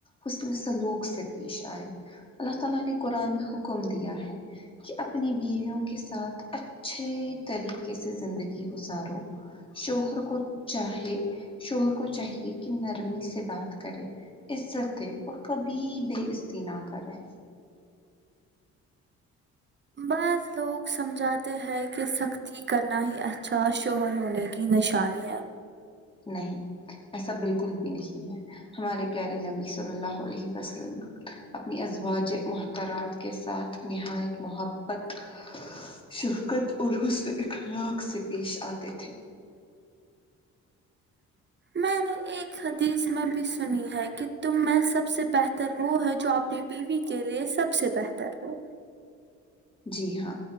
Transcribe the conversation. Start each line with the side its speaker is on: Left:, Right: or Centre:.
Left: حسن سلوک سے پیش آئے اللہ تعالی نے قرآن میں حکم دیا ہے کہ اپنی بیویوں کے ساتھ اچھے طریقے سے زندگی گزارو شوہر کو چاہے شوہر کو چاہیے کہ نرمی سے بات کرے عزت دے اور کبھی بےعزتی نہ کریں
Right: بعض لوگ سمجھاتے ہیں کہ سختی کرنا ہی اچھا اور شوہر ہونے کی نشانی ہے
Left: نہیں ایسا بالکل بھی نہیں ہے ہمارے پیارے نبی صلی اللہ علیہ وسلم اپنی ازواجح محترم ترات کے ساتھ نہایت محبت شفقت اور حسن اخلاق سے پیش آتے تھے
Right: میں نے حدیث میں بھی سنی ہے کہ تم میں سب سے بہتر وہ ہے جو اپنی بیوی کے لیے سب سب سے بہتر ہو
Left: جی ہاں